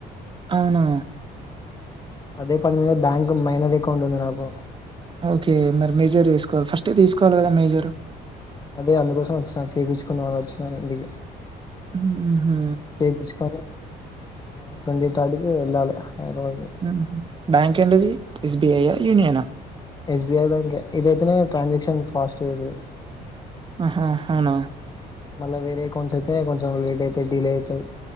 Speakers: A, on the right; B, on the left.
A: అవునా
B: అదే పని మీద బ్యాంక్ మైనర్ అకౌంట్ ఉంది నాకు
A: ఓకే మరి మెజర్ తీసుకోవాలి ఫస్ట్ తీసుకోవాలి కదా మెజర్
B: అదే అందుకోసం వచ్చినా చేపించుకుందమనే వచ్చినా ఇంటికి
A: హ్మ్ హు
B: చేపించుకొని ఆ ట్వంటీ థర్డ్ కి వెళ్ళాలి యాన్యువల్ డే కి
A: హుహు. బ్యాంక్ ఏంటది ఎస్ బి ఐ యా యూనియనా
B: ఎస్బిఐ బ్యాంకే ఇదైతేనే ట్రాన్సాక్షన్ ఫాస్ట్ గ అయితది
A: ఆహా అవునా
B: మళ్ళ వేరే ఎకౌంట్స్ అయితే కొంచెం లేట్ అయితే డిలే అయితయి